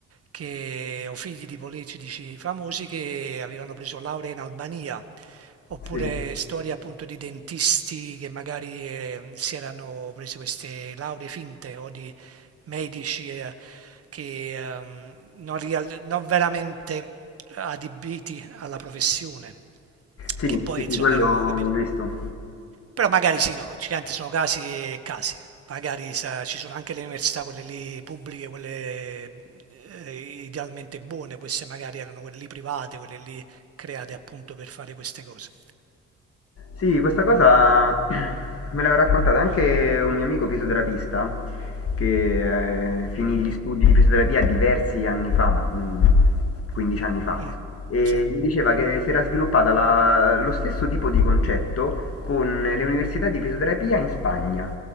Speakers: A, on the right; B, on the left.
A: che, o figli di politici famosi che avevano preso lauree in Albania, oppure
B: Sì, sì.
A: storie appunto di dentisti che magari eh, si erano presi queste lauree finte o di medici eh, che ehm, non, real- non veramente adibiti alla professione,
B: Sì,
A: che poi
B: sì, sì,
A: insomma
B: quello
A: erano,
B: ho
A: capito?
B: visto.
A: Però magari sì, no, giganti sono casi e casi. Magari sa- ci sono anche le università, quelle lì pubbliche, quelle eh, idealmente buone, queste magari erano quelle lì private, quelle lì create appunto per fare queste cose.
B: Sì, questa cosa <clears throat> me l'aveva raccontata anche un mio amico fisioterapista che eh, finì gli studi di fisioterapia diversi anni fa, ma mm, 15 anni fa,
A: Mm,
B: e
A: sì, è
B: mi diceva che si era sviluppata la- lo stesso tipo di concetto con le università di fisioterapia in Spagna,